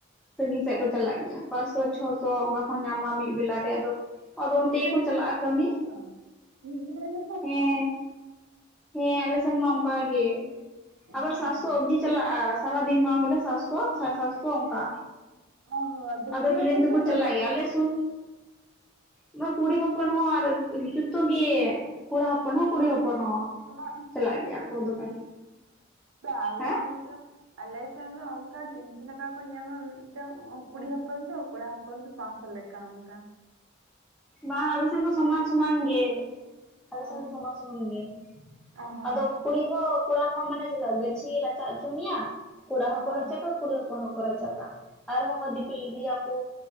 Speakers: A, in the centre; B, on the right (about 85°).
A: ᱥᱟᱺᱜᱤᱧ ᱥᱮᱫ
B: ᱦᱳᱭ,
A: ᱠᱚ ᱪᱟᱞᱟᱜ ᱜᱮᱭᱟ᱾ ᱯᱟᱸᱪᱥᱚ ᱪᱷᱚᱥᱚ ᱚᱝᱠᱟ ᱠᱚ ᱧᱟᱢᱟ ᱢᱤᱫ ᱵᱮᱞᱟ ᱨᱮ ᱟᱫᱚ ᱟᱫᱚ
B: ᱢᱤᱜ
A: ᱚᱱᱛᱮ
B: ᱵᱤᱞᱟᱨᱮᱜᱮ
A: ᱜᱮᱠᱚ ᱪᱟᱞᱟᱜᱼᱟ
B: ᱯᱟᱸᱪᱥᱚ
A: ᱠᱟᱹᱢᱤ
B: ᱪᱷᱚᱥᱚ ᱢᱤᱜ ᱵᱤᱞᱟ ᱨᱮ
A: ᱦᱮᱸ ᱦᱮᱸ ᱟᱞᱮ ᱥᱮᱱ ᱢᱟ ᱚᱱᱠᱟ ᱜᱮ
B: ᱚ
A: ᱟᱵᱟᱨ
B: ᱦᱚᱸ
A: ᱥᱟᱛᱥᱚ ᱚᱵᱫᱤ ᱪᱟᱞᱟᱜᱼᱟ ᱥᱟᱨᱟᱫᱤᱱ ᱵᱟᱝ ᱵᱚᱞᱮ ᱥᱟᱛᱥᱚ ᱥᱟᱲᱮ ᱥᱟᱛᱥᱚ ᱚᱝᱠᱟ᱾
B: ᱚ ᱦᱚᱸ ᱛᱚ
A: ᱟᱫᱚ
B: ᱠᱩᱲᱤ
A: ᱴᱨᱮᱱ
B: ᱦᱚᱯᱚᱱ
A: ᱛᱮᱠᱚ
B: ᱥᱮ ᱠᱚᱲᱟ
A: ᱪᱟᱞᱟᱜ
B: ᱦᱚᱯᱚᱱ
A: ᱜᱮᱭᱟ ᱟᱞᱮ ᱥᱩᱨ ᱚᱸᱭ ᱠᱩᱲᱤ ᱦᱚᱯᱚᱱ ᱦᱚᱸ ᱟᱨ ᱡᱚᱛᱚ ᱜᱮ᱾ ᱠᱚᱲᱟ ᱦᱚᱯᱚᱱ ᱦᱚᱸ ᱠᱩᱲᱤ ᱦᱚᱯᱚᱱ ᱦᱚᱸ᱾
B: <inaudible>
A: ᱪᱟᱞᱟᱜ ᱜᱮᱭᱟ ᱠᱚ ᱫᱚᱢᱮ
B: ᱟᱞᱮ
A: ᱦᱮᱸ
B: ᱥᱮᱱ ᱜᱮ ᱟᱞᱮ ᱥᱮᱱ ᱫᱚ ᱚᱝᱠᱟ ᱛᱤᱱ ᱥᱚ ᱴᱟᱠᱟ ᱠᱚ ᱧᱟᱢᱟ ᱢᱤᱫᱴᱟᱝ ᱠᱩᱲᱤ ᱦᱚᱯᱚᱱ ᱟ ᱠᱚᱲᱟ ᱦᱚᱯᱚᱱ ᱫᱚ ᱯᱟᱥᱚ ᱞᱮᱠᱟ ᱚᱝᱠᱟ᱾
A: ᱵᱟᱝᱟ ᱟᱞᱮ ᱥᱮᱱ ᱫᱚ ᱥᱚᱢᱟᱱ ᱥᱚᱢᱟᱱ ᱜᱮ, ᱟᱞᱮ
B: ᱚ
A: ᱥᱮᱱ ᱫᱚ ᱥᱚᱢᱟᱱ ᱥᱚᱢᱟᱱ ᱜᱮ᱾
B: ᱦᱚᱸ
A: ᱟᱫᱚ ᱠᱩᱲᱤ ᱦᱚᱸ ᱠᱚᱲᱟ ᱦᱚ ᱢᱟᱱᱮ ᱪᱮᱞᱠᱟ ᱜᱟᱹᱪᱷᱤ ᱨᱟᱪᱟᱜ ᱚᱪᱚ ᱢᱮᱭᱟ? ᱠᱳᱲᱟ ᱦᱚᱸᱠᱚ
B: ᱚ ᱦᱚᱸ
A: ᱨᱟᱪᱟ ᱜᱟ ᱠᱩᱲᱤ ᱦᱚᱯᱚᱱ ᱦᱚᱸ ᱠᱚ ᱪᱟᱪᱟᱜᱟ ᱟᱨᱦᱚ ᱚᱝᱠᱟ ᱫᱤᱯᱤᱞ ᱤᱫᱤᱭᱟᱠᱚ